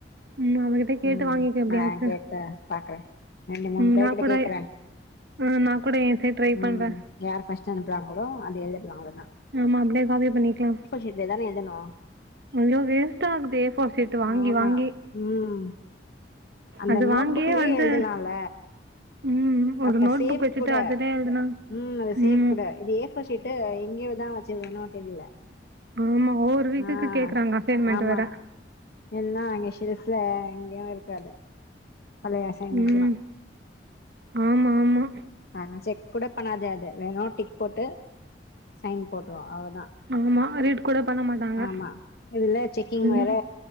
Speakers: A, on the right (about 65°); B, on the left (about 60°).
A: ம் அவகிட்ட கேட்டு
B: உம்
A: வாங்கிக்க எப்டியாச்சு
B: நான் கேட்ட பாக்குறேன் ரெண்டு மூணு
A: ம்
B: பேரு
A: நா
B: கிட்ட
A: கூட
B: கேக்குறேன்
A: ஆ நா கூட எ சைட் ட்ரை
B: உம்
A: பண்றே
B: யார் ஃபர்ஸ்ட் அனுப்புறாங்களோ அது எ யாரு
A: ஆமா அப்படியே அதே பண்ணிக்கலாம்
B: ஷீட்ல தான எழுதணு
A: ஐயோ வேஸ்ட் ஆகுது ஏபோர் சீட் வாங்கி
B: ஆமா
A: வாங்கி
B: ம் அந்த
A: அது
B: நோட்புக்லயே
A: வாங்கியே வந்து
B: எழுதலால
A: ம் ஒரு
B: அந்த
A: நோட்
B: சேப்
A: புக் வச்சுட்டு
B: கூட
A: அதுலயே எழுதுனா
B: உம் அந்த சேப்
A: ம்
B: கூட இது ஏபோர் சீட் இங்கேயேதான் வச்சிருகனும் தெரியல
A: ஆமா ஒவ்வொரு வீக்குக்கு
B: ஆஹ்
A: கேக்குறாங்க அசைன்மெண்ட்
B: ஆமா
A: வேற
B: என்ன அங்க செல்ஃபுல எங்கேயோயிருக்காது பலைய அசைன்மெண்ட்லா
A: ம் ஆமா ஆமா
B: ஆஹ் செக் கூட பண்ணாது அது வெறோ டிக் போட்டு சைன் போட்டுறோ அவ தா
A: ஆமா ரீட் கூட பண்ண மாட்டாங்க
B: ஆமா இதுல செக்கிங்வேற
A: ம்